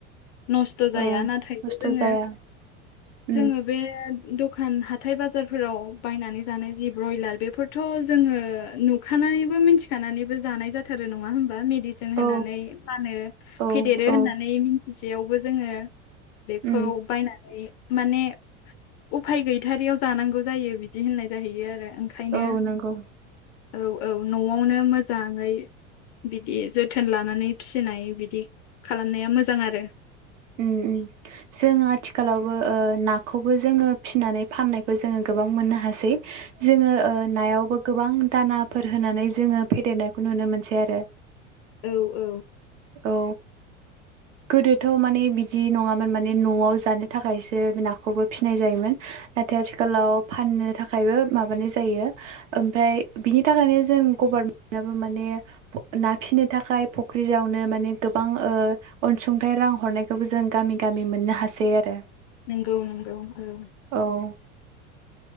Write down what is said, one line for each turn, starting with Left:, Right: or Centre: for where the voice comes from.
Left: नस्थ जाया
Right: औ
Left: नाथायबो
Right: खस्थ'
Left: जोङो
Right: जाया उम
Left: जोङो बे दखान हाथाय बाजा जारफोराव बायनानै जानाय जि ब्रयलार बेफोरथ जोङो नुखानानैबो मिथिखानानैबो जानाय जाथारो नङा होमबा दिसन
Right: औ
Left: होनानै फानो
Right: औ
Left: फेदेरो
Right: औ
Left: होननानै मिथिसेयावबो जोङो बेखौ
Right: उम
Left: बायनानै माने उफाय गैथारियाव जानांगौ जायो बिदि होननाय जाहैयो आरो ओंखायनो
Right: औ नोंगौ
Left: औ औ नआवनो मोजाङै बिदि जोथोन लानानै फिसिनाय बिदि खालामनाया मोजां आरो
Right: ओम ओम जोङो आथिखालावबो ओ ना खौबो जोङो फिनानै फाननायखौ जोङो गोबां मोननो हासै जोङो ओ नायावबो गोबां दानाफोर होनानै जोङो फेदेरनायखौ नुनो मोनसै आरो
Left: औ औ
Right: औ गोदोथ माने बिदि नङामोन माने नआव जानो थाखायसो नाखौबो फिनाय जायोमोन नाथाय आथिखालाव फाननो थाखायबो माबानाय जायो ओमफ्राय बिनि थाखायनो जों गभर्मेन्टाबो माने ना फिनो थाखाय फुख्रि जावनो माने गोबां ओ अनसुंथाय रां हरनायखौबो जों गामि गामि मोननो हासै आरो
Left: नंगौ नंगौ औ
Right: औ